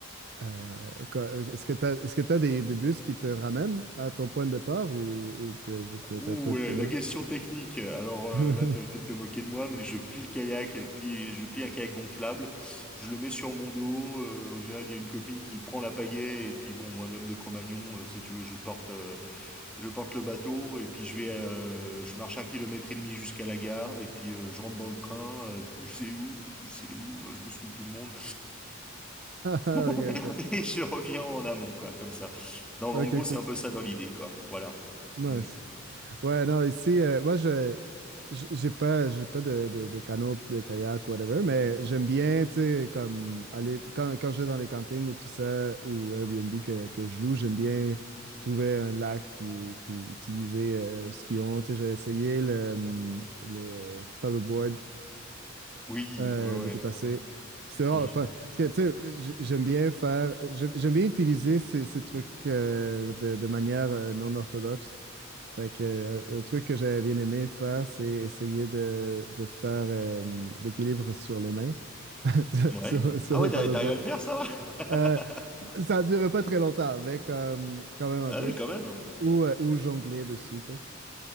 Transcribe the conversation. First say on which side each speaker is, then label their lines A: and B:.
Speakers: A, on the right; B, in the centre.
A: Euh, quoi, euh, est-ce que tu as, est-ce que t'as des, des bus qui te ramènent à ton point de départ ou, ou t'es, t'es-
B: Ouh,
A: t'es un peu pris
B: la, la
A: là?
B: question technique. Alors euh,
A: <laughs>
B: là, tu vas peut-être te moquer de moi, mais je plie le kayak, et plie, je plie un kayak gonflable, je le mets sur mon dos. euh, en général, il y a une copine qui prend la pagaie, et puis bon, moi, l'homme de Cro-Magnon, euh, si tu veux, je porte, euh, je porte le bateau, et puis je vais, euh, je marche un kilomètre et demi jusqu'à la gare, et puis euh, je rentre dans le train. euh, poussez où, poussez où, je bouscule tout le monde,
A: Ok,
B: <laughs>
A: ok.
B: et je reviens en amont, quoi, comme ça. Non,
A: Ok,
B: mais en gros, c'est
A: cool.
B: un peu ça dans l'idée, quoi. Voilà.
A: Nice.
B: Hmm.
A: Ouais, non, ici, euh, moi, je, j- j'ai pas, j'ai pas de, de, de canot, de kayak, whatever, mais j'aime bien, tu sais, comme aller, quand, quand je vais dans les campings ou tout ça, ou Airbnb que, que je loue, j'aime bien trouver un lac puis, puis utiliser euh, ce qu'ils ont. Tu sais, j'ai essayé le, hum, le paddleboard
B: Oui,
A: euh,
B: ouais, ouais.
A: l'été passé. C'est rare,
B: Mhm.
A: enfin, parce que, tu sais, j- j'aime bien faire, j'aime j'aime bien utiliser ces, ces trucs euh, de, de manière euh, non orthodoxe. Fait que, euh, un truc que j'avais bien aimé faire, c'est essayer de, de faire euh, l'équilibre sur les mains, <laughs>
B: Ouais.
A: sur, sur
B: Ah ouais,
A: le
B: t'arri-
A: paddleboard.
B: t'arrives à le faire, ça va? <laughs>
A: Euh, ça ne durait pas très longtemps, mais comme, quand même un
B: Ah
A: peu.
B: ouais, quand même.
A: Ou, euh, ou jongler dessus, tu sais.